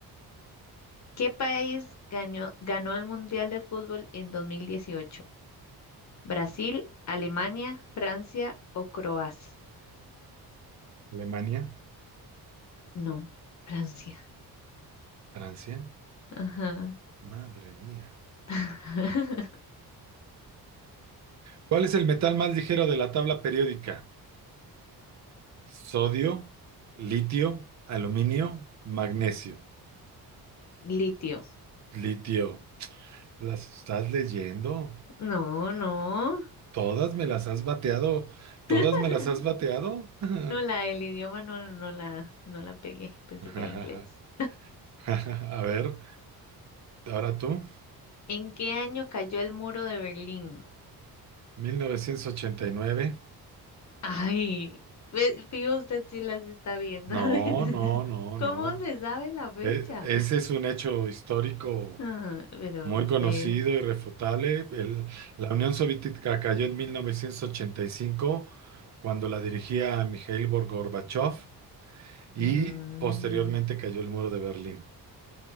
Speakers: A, on the left; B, on the right.
A: ¿Qué país ganó, ganó el Mundial de Fútbol en 2018? ¿Brasil, Alemania, Francia o Croacia?
B: Alemania,
A: No, Francia.
B: Francia.
A: Ajá.
B: Madre mía.
A: <laughs>
B: ¿Cuál es el metal más ligero de la tabla periódica? Sodio, litio, aluminio, magnesio.
A: Litio.
B: Litio. ¿Las estás leyendo?
A: No, no.
B: ¿Todas me las has bateado? ¿Todas
A: <laughs>
B: me las has bateado? <laughs>
A: No, la del idioma no, no la, no la pegué. Pensé
B: A
A: que era inglés.
B: ver, ahora tú.
A: <laughs> ¿En qué año cayó el muro de Berlín?
B: 1989.
A: Ay, ve- fijo usted si las está viendo.
B: No,
A: <laughs>
B: no, no,
A: ¿Cómo
B: no.
A: se sabe la fecha?
B: E- ese es un hecho histórico
A: Ah, pero
B: muy
A: de
B: conocido, irrefutable. El- la Unión Soviética cayó en 1985 cuando la dirigía Mikhail Bor- Gorbachev y
A: Mm,
B: posteriormente cayó el muro de Berlín